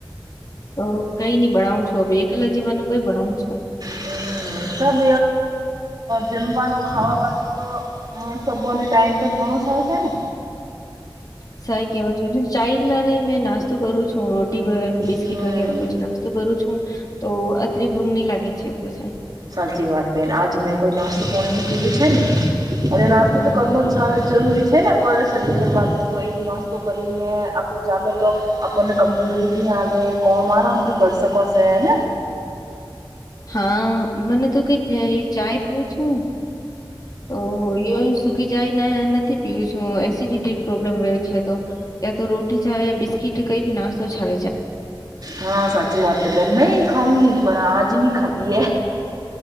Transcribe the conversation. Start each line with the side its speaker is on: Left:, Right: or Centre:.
Left: તો કઈ નઈ ભણાવું છો હ એ કલા જવાનું કઈ બનાઉ છુ
Right: હમ સબ જમવાનું ખાવા વાથી તો હ સબોને ટાઈમ પર ઘણો સાલશે ને
Left: સઈ કેવા છો ચાલા રે મેં નાસ્તો કરું છું બિસ્કીટ
Right: હમ
Left: વગેરે નાસ્તો કરું છું તો અત્રી ભૂંક ની લાગે છે પછી
Right: સાચી વાત બેન આજ મેં કોઈ નાસ્તો પાણી ન કીધું છે ને અને નાસ્તો
Left: હમ
Right: તો કરનો છાવ જરૂરી છે ને શરીર વાત તો એ નાસ્તો કરીને આપડ ચાલે તો આપણને ક જૂરી નહી આવે કોમ આરામથી કરી શકો છેને
Left: હા મને તો કઈ ચાય પ્યું છું તો સુકી જાય ને નથી પીવું છું એસિડિટી પ્રોબ્લેમ રહ્યો છે તો તયા તો રોટી ચાવ બિસ્કીટ કઈ બી નાસ્તો ચાવ
Right: હા સાચી વાત તો બે નહી ખાઉ નહી પણ આ જ ન ખાધીએ